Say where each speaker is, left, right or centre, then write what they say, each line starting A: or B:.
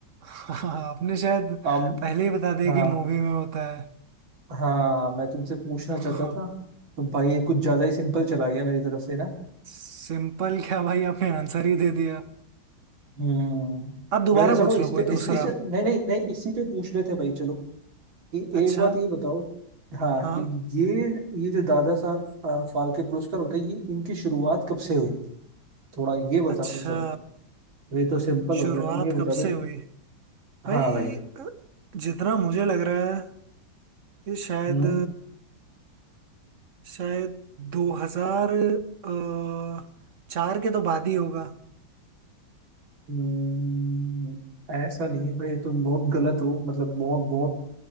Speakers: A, on the right; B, on the right.
A: हाँ आपने शायद
B: अब
A: पहले ही बता दिया
B: हाँ
A: कि मूवी में होता है
B: हाँ मैं तुमसे पूछना
A: <laughs>
B: चाहता था तो भाई ये कुछ ज्यादा ही सिंपल चला गया मेरी तरफ से ना
A: सिंपल क्या भाई आपने आंसर ही दे दिया
B: हम्म
A: आप दोबारा
B: वैसे चलो
A: पूछ
B: इस
A: लो कोई
B: पे
A: दूसरा
B: इस, इस नहीं नहीं नहीं इसी पे पूछ लेते हैं भाई चलो कि
A: अच्छा
B: एक बात ये बताओ हाँ
A: हाँ
B: कि ये ये जो दादा साहब अ, फाल्के पुरस्कार होते हैं ये इनकी शुरुआत कब से हुई थोड़ा ये बता
A: अच्छा
B: दो चलो ये तो सिंपल
A: शुरुआत
B: हो गया तुम ये बता
A: कब
B: दो
A: से हुई
B: हाँ
A: भाई
B: भाई
A: अ, जितना मुझे लग रहा है ये शायद
B: हम्म
A: शायद 2000 अ, चार के तो बाद ही होगा
B: हम्म, ऐसा नहीं है भाई तुम बहुत गलत हो मतलब बहुत बहुत